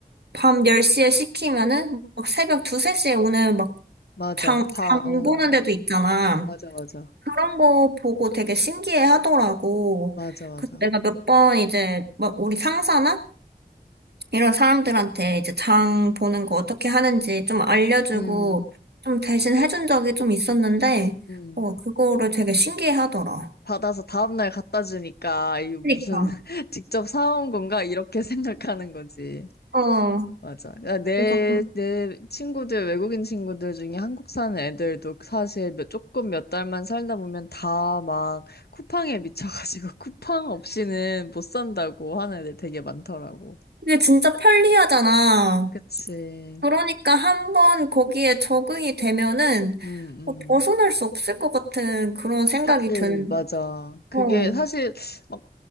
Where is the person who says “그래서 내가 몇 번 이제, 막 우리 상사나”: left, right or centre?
Right